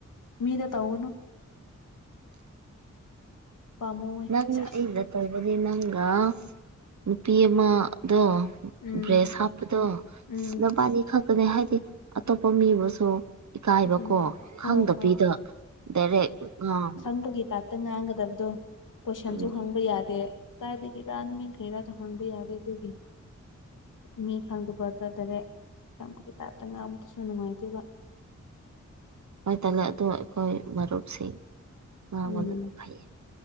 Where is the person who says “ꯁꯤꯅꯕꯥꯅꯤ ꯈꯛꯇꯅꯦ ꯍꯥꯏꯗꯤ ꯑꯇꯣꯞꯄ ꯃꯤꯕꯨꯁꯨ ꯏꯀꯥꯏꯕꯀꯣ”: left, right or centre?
Right